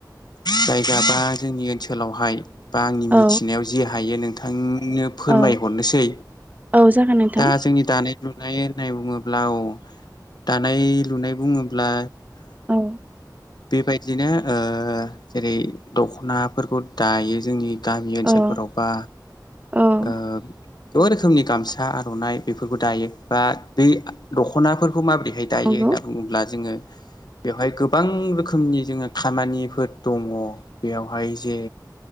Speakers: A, on the left; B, on the right.
A: जायगा बा जोंनि ओनसोलावहाय बा आंनि
B: औ
A: मिथिनायाव जे हायो नोंथांनो फोरमाय
B: औ
A: हरनोसै
B: औ जागोन नोंथां
A: दा जोंनि दानाय लुनाय होननाय बुङोब्ला औ दानाय लुनाय बुङोब्ला
B: औ
A: बेबायदिनो ओ जेरै- दख'नाफोरखौ दायो जोंनि गामि ओनसोलफोराव
B: औ
A: बा
B: औ
A: ओ गोबां रोखोमनि गामसा आर'नाइ बेफोरखौ दायो बा बे दख'नाफोरखौ माबोरैहाय दायो
B: नंगौ
A: होनना बुङोब्ला जोङो बेवहाय गोबां रोखोमनि जोङो खामानिफोर दङ बेयावहाय जे